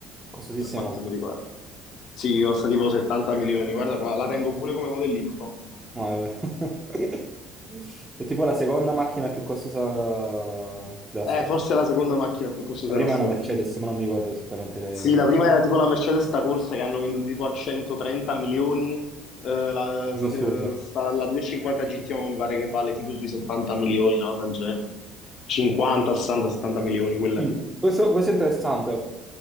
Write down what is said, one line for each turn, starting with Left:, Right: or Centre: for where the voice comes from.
Right: costosissima
Left: per quanto
Right: pure.
Left: mi riguarda. Sì, costa tipo 70 milioni. Guarda qua, la tengo pure come modellino. toh.
Right: No, è vero. <laughs> È tipo la seconda macchina più costosa la- della storia.
Left: Eh, forse è la seconda macchina più costosa
Right: La
Left: della
Right: prima
Left: storia.
Right: è una Mercedes, ma non mi ricordo esattamente che,
Left: Sì,
Right: che marca.
Left: la prima era tipo la Mercedes sta corsa che hanno venduto tipo a 130 milioni, eh, la,
Right: Cosa
Left: se-
Right: assurda.
Left: sta- la 250 GT mi pare che vale tipo sui 70 milioni, no? Del genere. 50, 60, 70 milioni quelle.
Right: Mm. Questo, questo è interessante.